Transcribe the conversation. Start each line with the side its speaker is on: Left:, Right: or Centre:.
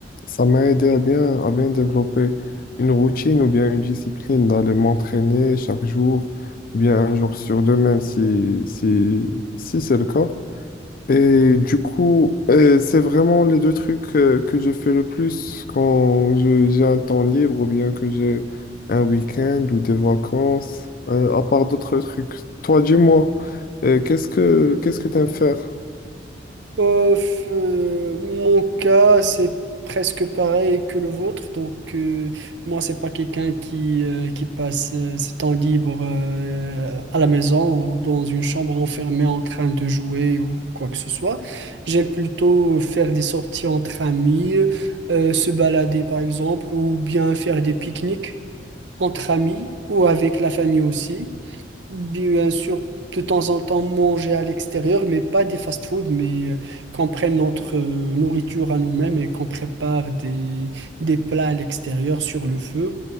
Left: ça m'a aidé à bien, à bien développer une routine ou bien une discipline d'aller m'entraîner chaque jour ou bien un jour sur deux même si, si, si c'est le cas. Et du coup, euh, c'est vraiment les deux trucs euh, que je fais le plus quand je- j'ai un temps libre ou bien que j'ai un week-end ou des vacances, euh, à part d'autres trucs. Toi, dis-moi, euh, qu'est-ce que qu'est-ce que t'aimes faire?
Right: Euh, f- euh, mon cas, c'est presque pareil que le vôtre. Donc, euh, moi, c'est pas quelqu'un qui, euh, qui passe euh, ses temps libres euh, à la maison ou dans une chambre enfermée en train de jouer ou quoi que ce soit. J'aime plutôt faire des sorties entre amis, euh, se balader par exemple, ou bien faire des pique-niques. entre amis ou avec la famille aussi. Bien sûr, de temps en temps manger à l'extérieur, mais pas des fast-food, mais euh, qu'on prenne notre euh, nourriture à nous-mêmes et qu'on prépare des, des plats à l'extérieur sur le feu